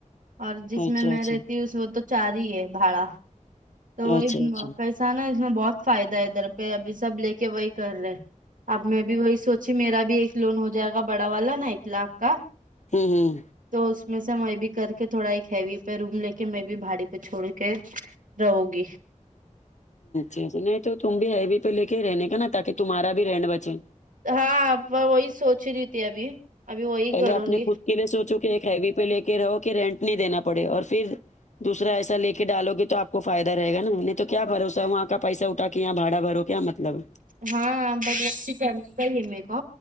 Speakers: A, on the right; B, on the left.
A: اور جس
B: اچھا
A: میں میں
B: اچھا
A: رہتی ہوں اس میں تو چار ہی ہے بھاڑا تو وہی
B: اچھا اچھا
A: پیسا نا اس میں بہت فائدہ ہے ادھر پہ ابھی سب لے کے وہی کر رہے اب میں بھی وہی سوچی میرا بھی ایک لون ہو جائے گا بڑا والا نا ایک لاکھ کا
B: ہوں ہوں
A: تو اس میں سے میں بھی کر کے تھوڑا ایک ہیوی پہ روم لے کے میں بھی بھڑے پہ چھوڑ کے رہو گی
B: جی جی نہیں تو تم بھی ہیو پے لے کے ہی رہنے کا نا تاکہ تمہارا بھی رہینن بچے
A: ہاں ابا وہی سوچ رہی تھی ابھی ابھی وہی
B: پہلے
A: کروں
B: آپ نے
A: گی
B: خود کے لیے سوچو کہ ایک ہیوی پہ لے کے رہو کہ رینٹ نہیں دینا پڑے اور پھر دوسرا ایسا لے کے ڈالو گے تو آپ کو فائدہ رہے گا نا ان تو کیا بھروسا وہاں کا پیسہ اٹا کے یہاں باڑا بھرو کیا مطلب ہے
A: ہاں برد <unintelligible> کو